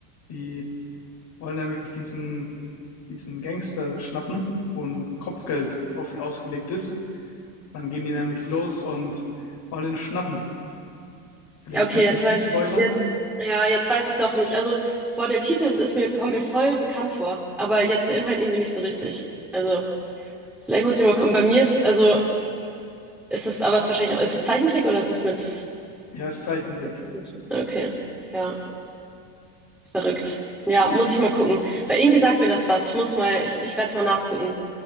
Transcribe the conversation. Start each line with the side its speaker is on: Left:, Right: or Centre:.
Left: Die wollen nämlich diesen, diesen Gangster schnappen, wo ein Kopfgeld auf ihn ausgelegt ist. Dann gehen die nämlich los und wollen ihn schnappen. Ich will
Centre: Ja,
Left: jetzt
Centre: okay,
Left: nicht
Centre: jetzt
Left: zu viel
Centre: weiß
Left: spoilern.
Centre: ich, jetzt, ja, jetzt weiß ich doch nicht. Also, boah, der Titel ist, ist mir, kommt mir voll bekannt vor, aber jetzt der Inhalt irgendwie nicht so richtig. Also, vielleicht muss ich mal gucken. Bei mir ist, also, ist es, aber es ist wahrscheinlich auch, ist es Zeichentrick oder ist es mit,
Left: Ja, ist Zeichentrick.
Centre: mit echten? Okay, ja, verrückt. Ja, muss ich mal gucken. Weil irgendwie sagt mir das was. Ich muss mal, ich, ich werde es mal nachgucken,